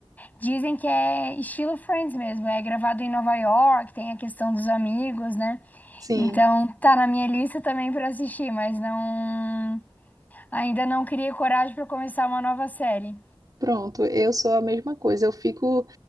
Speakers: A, on the left; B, on the right.
A: Dizem que é estilo Friends mesmo, é gravado em Nova York, tem a questão dos amigos, né?
B: Sim,
A: Então tá na minha lista também pra assistir, mas não ainda não criei coragem pra começar uma nova série.
B: pronto. Eu sou a mesma coisa. Eu fico